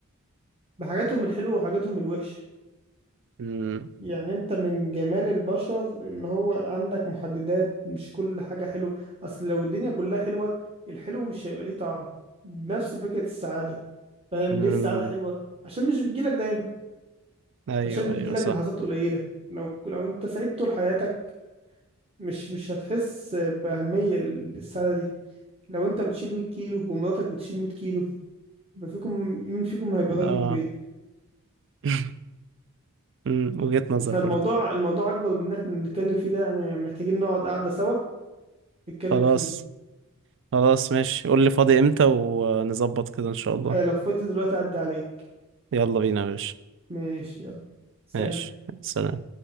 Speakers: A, on the right; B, on the right.
A: بحاجاتهم الحلوه وحاجاتهم الوحشه
B: امم
A: يعني انت من جمال البشر ان هو عندك محددات مش كل حاجه حلوه اصل لو الدنيا كلها حلوه الحلو مش هيبقى ليه طعم نفس فكره السعاده فاهم
B: امم
A: ليه السعاده حلوه عشان مش بتجيلك دايما
B: ايوه
A: عشان بتجيلك
B: ايوه صح
A: لحظات قليله لو لو انت سعيد طول حياتك مش مش هتحس بأهمية للسعادة دي لو انت بتشيل 100 كيلو ومراتك بتشيل 100 كيلو يبقى فيكم مين فيكم هيبقى راجل
B: اه
A: البيت
B: <laughs> أمم، وجهة نظر
A: فالموضوع
B: برضه
A: الموضوع اكبر من ان احنا نتكلم فيه ده يعني محتاجين نقعد قعدة سوا نتكلم
B: خلاص
A: فيه
B: خلاص ماشي قول لي فاضي امتى ونظبط كده ان شاء الله
A: آه لو فاضي دلوقتي اعدي عليك
B: يلا بينا يا باشا
A: ماشي يلا سلام
B: ماشي سلام